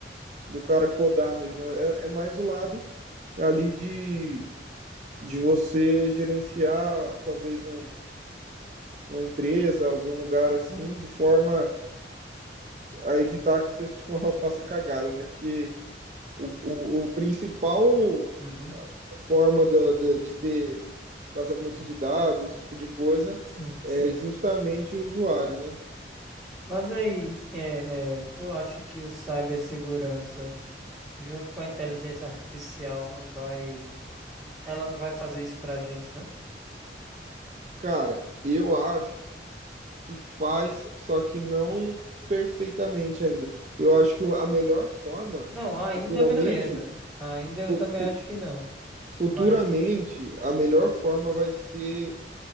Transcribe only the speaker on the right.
do cara codar mesmo. É, é é mais o lado ali de, de você gerenciar talvez um, uma empresa, algum lugar assim,
de forma a evitar que o pessoal <laughs> faça cagada, né? Porque o, o, o principal
forma da- da- de ter vazamento de dados, esse tipo de coisa,
é Sim. justamente o usuário, né?
Cara, eu acho que faz, só que não perfeitamente ainda. Eu acho que a melhor forma,
futuramente,
fu-
futuramente,
a melhor forma vai ser